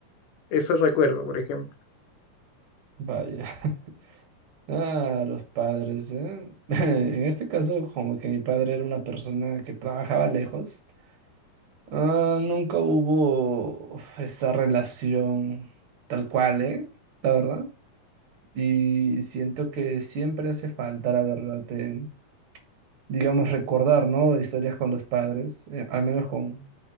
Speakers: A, on the left; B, on the right.
A: Eso recuerdo, por ejemplo.
B: vaya. <laughs> Ah, los padres, ¿eh? <laughs> En este caso, como que mi padre era una persona que trabajaba lejos, ah, nunca hubo uf, esa relación tal cual, ¿eh? La verdad. Y siento que siempre hace falta, la verdad, en, digamos, recordar, ¿no? Historias con los padres, eh, al menos con,